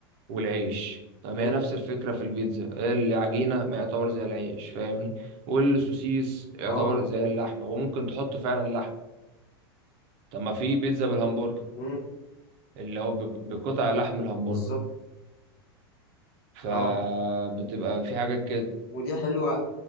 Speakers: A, on the right; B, on the left.
A: والعيش طب ما
B: امم
A: هي نفس الفكرة في البيتزا العجينة ما يعتبر زي العيش فاهمني والسوسيس يعتبر
B: اه
A: زي اللحمة وممكن تحط فعلا لحم طب ما في بيتزا بالهمبرجر
B: امم
A: اللي هو بق- بقطع لحم الهمبرجر
B: بالظبط
A: فبتبقى
B: اه
A: في حاجات
B: ود-
A: كده
B: ودي حلوة